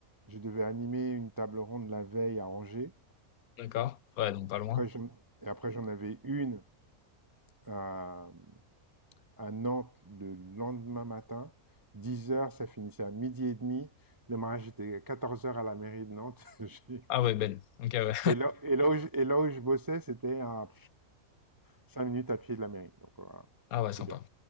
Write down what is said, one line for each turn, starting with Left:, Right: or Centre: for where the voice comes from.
Right: je devais animer une table ronde la veille à Angers.
Left: D'accord? Ouais, donc pas loin.
Right: Après, j'en et après, j'en avais une à, à Nantes le lendemain matin. 10 heures, ça finissait à midi et demi. Le mariage était à 14 heures à la mairie de Nantes. <laughs> J'ai-
Left: Ah ouais, belle. Ok, ouais.
Right: Et là, et là où je, et là où je bossais, c'était à 5 minutes à pied de la mairie. Donc voilà,
Left: Ah ouais,
Right: c'était
Left: sympa.
Right: bien.